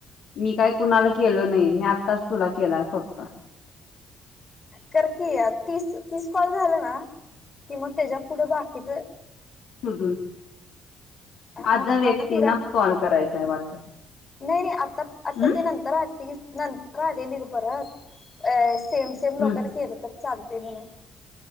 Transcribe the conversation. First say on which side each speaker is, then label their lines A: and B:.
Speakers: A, on the left (about 70°); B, on the left (about 40°).
A: मी काही कुणाला केलो नाही मी आत्ताच तुला केलाय फक्त
B: करकीि तीस तीस कॉल झालं ना कि मग त्याच्या पुढं बाकीच
A: शधून
B: आम्हा
A: आज व्यक्तींना
B: तिघां
A: कॉल करायचाय वाटत
B: नाही नाही आता आता
A: हम्म
B: ते नंतर रा नंतर आले परत अ सेम सेम
A: हम्म
B: लोकांनी केलं तर चालते म्हणून